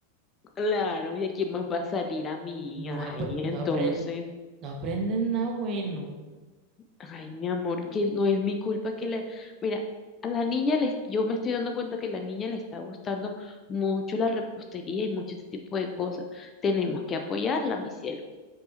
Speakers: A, on the left; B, on the right.
A: Claro, ¿y a quién más va a salir a mí?
B: No,
A: Ay,
B: apre- no,
A: entonces,
B: apren- no aprenden nada bueno.
A: ay, mi amor, que no es mi culpa que la... Mira, a la niña les... yo me estoy dando cuenta que la niña le está gustando mucho la repostería y mucho este tipo de cosas. Tenemos que apoyarla, mi cielo.